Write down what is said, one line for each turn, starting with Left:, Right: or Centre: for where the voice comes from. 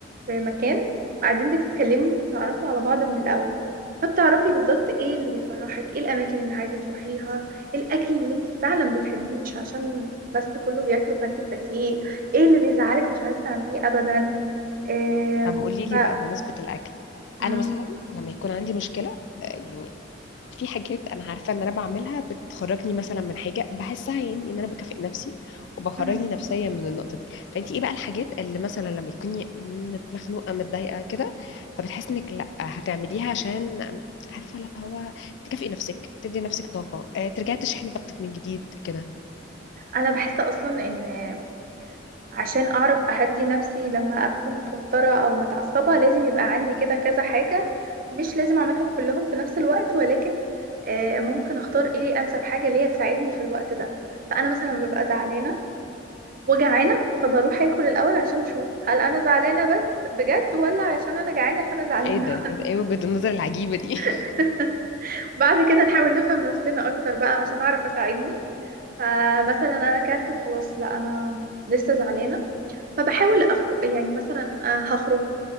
Right: في مكان وقاعدين بتتكلموا بتعرفوا على بعض من الأول فبتعرفي بالظبط ايه اللي بيفرحك ايه الأماكن اللي عايزة تروحيها ايه الأكل اللي انت فعلا بتحبيه مش عشان بس كله بياكله فانت بتاكليه ايه اللي بيزعلك مش عايزة تعمليه أبدا إيه
Left: طب قولي لي
Right: ف...
Left: بقى بمناسبة الأكل
Right: مم.
Left: أنا مثلا لما يكون عندي مشكلة آه، يعني في حاجات أنا عارفة إن أنا بعملها بتخرجني مثلا من حاجة بحسها يعني إن أنا بكافئ نفسي وبخرجني
Right: مم.
Left: نفسيا من النقطة دي فأنت إيه بقى الحاجات اللي مثلا لما تكوني مت- مخنوقة متضايقة كده فبتحسي إنك لأ هتعمليها عشان آم، عارفة اللي هو تكافئي نفسك تدي نفسك طاقة آه، ترجعي تشحني طاقتك من جديد كده
Right: أنا بحس أصلا إن عشان اعرف اهدي نفسي لما اكون متوترة او متعصبة لازم يبقى عندي كده كذا حاجة مش لازم اعملهم كلهم في نفس الوقت ولكن آه، ممكن اختار ايه انسب حاجة ليا تساعدني في الوقت ده فانا مثلا لما ببقى زعلانة وجعانة فبروح اكل الاول عشان اشوف هل انا زعلانة بس بجد ولا عشان انا جعانة فانا زعلانة
Left: إيه ده إيه ده إيه وجهة النظر العجيبة دي <laughs>
Right: <laughs> بعد كده نحاول نفهم نفسنا اكتر بقى عشان اعرف اساعدني فمثلا انا اكلت وخلاص لا انا لسه زعلانه فبحاول أق... يعني مثلا آه، هخرج